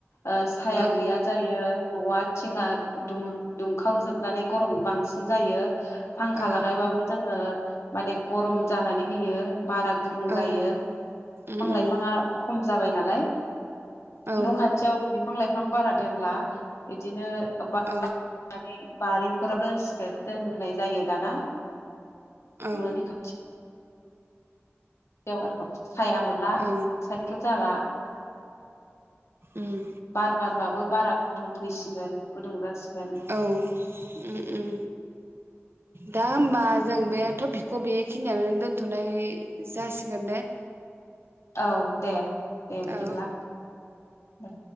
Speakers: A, on the left (about 70°); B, on the right (about 55°).
A: ओ साया
B: औ
A: गैया जायो। न'आ थिंआ दुं दुंखावजोबनानै गरम बांसिन जायो। फांखा
B: औ
A: लागायबाबो जोङो माने गरम जानानै होयो। बारा गुदुं
B: औ
A: जायो
B: उम
A: बिफां
B: उम
A: लाइफाङा खम जाबाय नालाय
B: औ
A: न' खाथियाव बिफां बिफां लाइफां बारा दोनला इदिनो <unintelligible> अब बा
B: औ
A: माने बारिफोराव दोनसिगोन दोननाय जायो दाना।
B: औ
A: न'नि खाथि याव साया मोनला
B: औ
A: साइख्लुम जाला
B: उम
A: बार बारबाबो बारा गुदुं फैसिगोन गुदुं जासिगोन।
B: औ उम उम दा होमबा जों बे टपिकखौ बेखिनियानो दोनथ'नाय जासिगोन दे।
A: औ दे दे बिदिब्ला
B: औ
A: दे